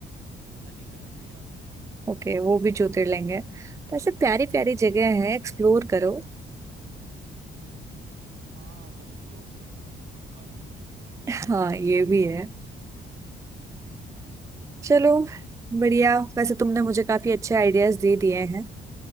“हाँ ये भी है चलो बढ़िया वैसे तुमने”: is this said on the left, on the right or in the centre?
Right